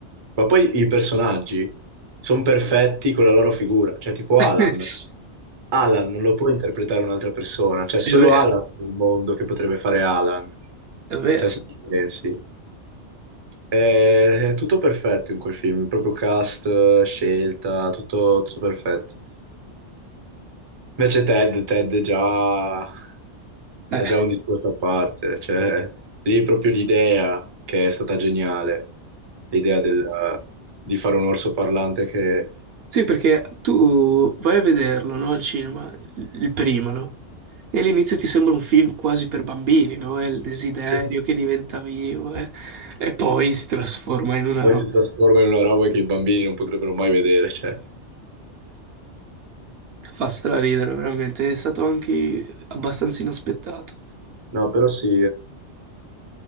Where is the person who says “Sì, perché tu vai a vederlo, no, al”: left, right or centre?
Right